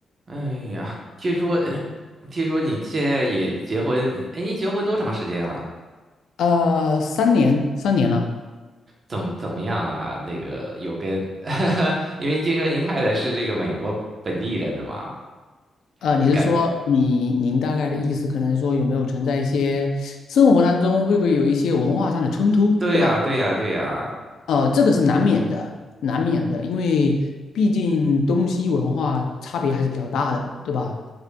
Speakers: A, on the right; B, on the left.
A: 哎呀，听说，呃听说你现在也结婚，哎，你结婚多长时间了？
B: 呃，三年，三年了。
A: 怎么怎么样啊？那个有跟，<laughs> 因为听说您太太是这个美国本地人的嘛，
B: 呃，你是说你您大概的意思，
A: 你感，
B: 可能是说有没有存在一些生活当中会不会有一些文化上的冲突，
A: 对呀，
B: 对吧？
A: 对呀，对呀，
B: 呃，这个是难免的，难免的，因为毕竟东西文化差别还是比较大的，对吧？